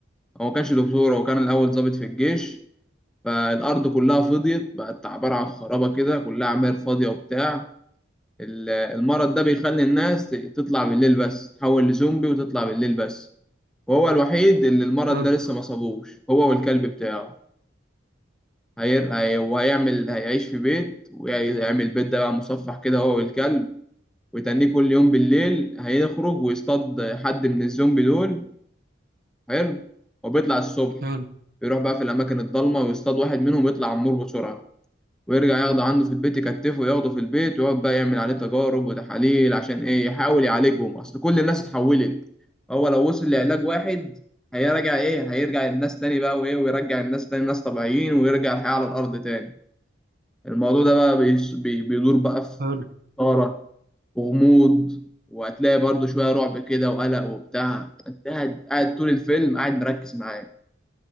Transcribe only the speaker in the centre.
هو ما كانش دكتور هو كان الأول ضابط في الجيش فالأرض كلها فضيت بقت عبارة عن خرابة كده كلها عماير فاضية وبتاع ال- المرض ده بيخلي الناس ت- تطلع بالليل بس تحول لزومبي وتطلع بالليل بس وهو الوحيد اللي المرض
ده لسه ما صابوش هو والكلب بتاعه هير... هي... وهيعمل هيعيش في بيت ويعمل بيت ده بقى مصفح كده هو والكلب ويتنيه كل يوم بالليل هيخرج ويصطاد حد من الزومبي دول حلو وبيطلع الصبح
يروح بقى في الأماكن الضلمة ويصطاد واحد منهم يطلع عمور بسرعة ويرجع ياخده عنده في البيت يكتفه وياخده في البيت ويقعد بقى يعمل عليه تجارب وتحاليل عشان إيه يحاول يعالجهم أصل كل الناس اتحولت هو لو وصل لعلاج واحد هيرجع إيه هيرجع الناس تاني بقى وإيه ويرجع الناس تاني ناس طبيعيين ويرجع الحياة على الأرض تاني الموضوع ده بقى بيس- بي- بيدور بقى في
إثارة وغموض وهتلاقي برضه شوية رعب كده وقلق وبتاع انت قاعد قاعد طول الفيلم قاعد مركز معاه